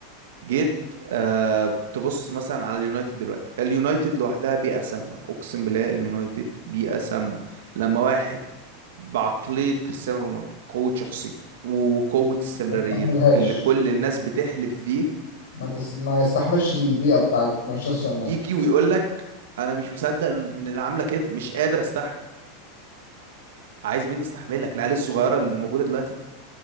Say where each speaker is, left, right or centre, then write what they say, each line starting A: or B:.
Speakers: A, on the right; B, on the left.
A: جيت آه تبص مثلا على اليونايتد دلوقتي اليونايتد لوحدها بيئة سامة أقسم بالله اليونايتد بيئة سامة لما واحد بعقلية كريستيانو رونالدو قوة شخصيته وقوة استمراريته
B: ما تستحملهاش
A: اللي كل الناس بتحلف فيه
B: ما, تس... ما يستحملش البيئة بتاعت مانشستر يونايتد
A: يجي ويقول لك أنا مش مصدق إن اللي عاملة كده مش قادر أستحمل عايز مين يستحملك العيال الصغيرة اللي موجودة دلوقتي